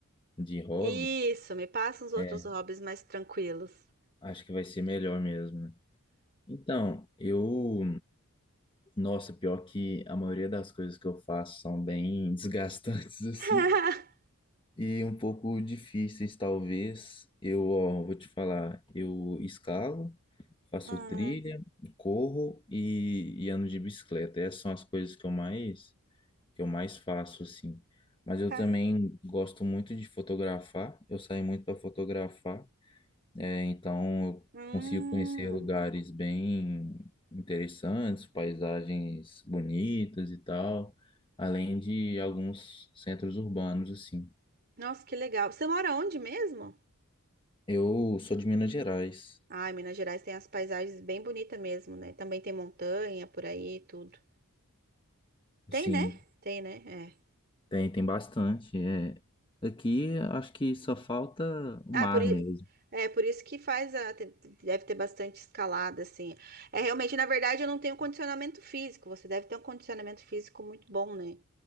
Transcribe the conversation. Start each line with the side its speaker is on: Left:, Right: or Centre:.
Left: de hobby.
Right: Isso, me passa uns outros
Left: É,
Right: hobbies mais tranquilos.
Left: acho que vai ser melhor mesmo, né? Então, eu, nossa, pior que a maioria das coisas que eu faço são bem <laughs> desgastantes,
Right: <laughs>
Left: assim. E um pouco difíceis, talvez. Eu, ó, vou te falar, eu escalo, faço
Right: Hum,
Left: trilha, corro e, e ando de bicicleta. Essas são as coisas que eu mais, que eu mais faço, assim. Mas eu
Right: tá.
Left: também gosto muito de fotografar, eu saio muito para fotografar, é, então eu
Right: Hum,
Left: consigo conhecer lugares bem interessantes, paisagens bonitas e tal, além de alguns centros urbanos, assim.
Right: nossa, que legal. Você mora onde mesmo?
Left: Eu sou de Minas Gerais.
Right: Ah, Minas Gerais tem as paisagens bem bonitas mesmo, né? Também tem montanha por aí e tudo. Tem,
Left: Sim,
Right: né? Tem, né? É.
Left: tem, tem bastante. É. Aqui acho que só falta o
Right: Ah,
Left: mar
Right: por, i-
Left: mesmo.
Right: é por isso que faz a, te- deve ter bastante escalada, assim. É realmente, na verdade, eu não tenho condicionamento físico. Você deve ter um condicionamento físico muito bom, né?